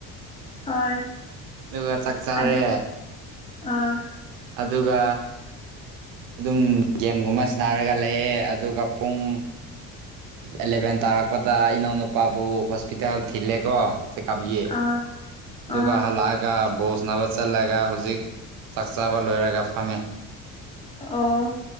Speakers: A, on the left; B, on the right.
A: ꯍꯣꯏ
B: ꯑꯗꯨꯒ ꯆꯥꯛ ꯆꯥꯔꯦ
A: ꯑꯗꯨ ꯑꯥ
B: ꯑꯗꯨꯒ ꯑꯗꯨꯝ ꯒꯦꯝꯒꯨꯝꯕ ꯁꯅꯥꯔꯒ ꯂꯩꯌꯦ ꯑꯗꯨꯒ ꯄꯨꯡ ꯑꯦꯂꯦꯚꯦꯟ ꯇꯥꯔꯛꯄꯗ ꯏꯅꯥꯎꯅꯨꯄꯥꯕꯨ ꯍꯣꯁꯄꯤꯇꯥꯜ ꯊꯤꯜꯂꯦꯀꯣ ꯆꯀꯥꯕꯤꯌꯦ
A: ꯑꯥ
B: ꯑꯗꯨꯒ
A: ꯑꯥ
B: ꯍꯜꯂꯛ ꯑꯒ ꯕꯣꯜ ꯁꯥꯟꯅꯕ ꯆꯠꯂꯒ ꯍꯨꯖꯤꯛ ꯆꯥꯛ ꯆꯥꯕ ꯂꯣꯏꯔꯒ ꯐꯝꯃꯦ
A: ꯑꯣ